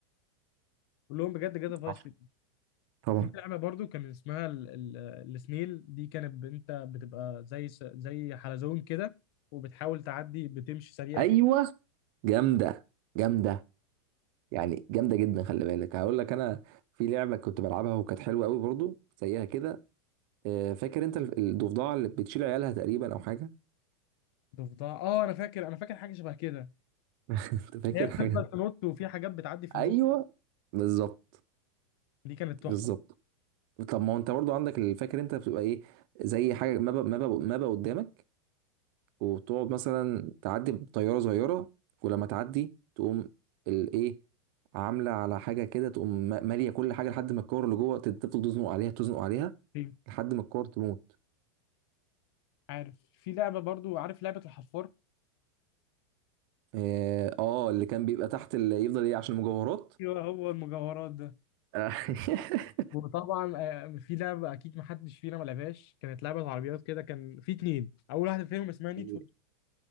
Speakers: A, on the left (about 50°); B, on the right (about 45°).
A: كلهم بجد جاتا فايس
B: صح
A: سيتي
B: طبعا
A: في لعبه برضو كان اسمها ال- ال- السنيل دي كانت ب- انت بتبقى زي س- زي حلزون كده وبتحاول تعدي بتمشي سريع
B: ايوه
A: كده
B: جامده جامده يعني جامده جدا خلي بالك هقول لك انا في لعبه كنت بلعبها وكانت حلوه قوي برضو زيها كده آه، فاكر انت الضفدعه اللي بتشيل عيالها تقريبا او حاجه
A: ضفدع اه انا فاكر انا فاكر حاجه شبه كده
B: <laughs> انت فاكر
A: اللي هي بتفضل
B: حاجه
A: تنط وفي حاجات بتعدي في النص
B: ايوه بالظبط
A: دي كانت تحفه
B: بالظبط طب ما هو انت برضو عندك اللي فاكر انت بتبقى ايه زي حاجه مابا مابا مابا قدامك وتقعد مثلا تعدي بطياره صغيره ولما تعدي تقوم الايه عامله على حاجه كده تقوم م- ماليه كل حاجه لحد ما الكور اللي جوه تت- تفضل تزنق عليها تزنق عليها
A: أيوة.
B: لحد ما الكور تموت
A: عارف في لعبه برضو عارف لعبه الحفار
B: اه آه، اللي كان بيبقى تحت اللي يفضل ايه عشان المجوهرات
A: ايوه هو المجوهرات ده
B: آه. <laughs>
A: وطبعا آه، في لعبه اكيد ما حدش فينا ما لعبهاش كانت لعبه عربيات كده كان في اتنين اول واحده فيهم اسمها نيد
B: ال-
A: فور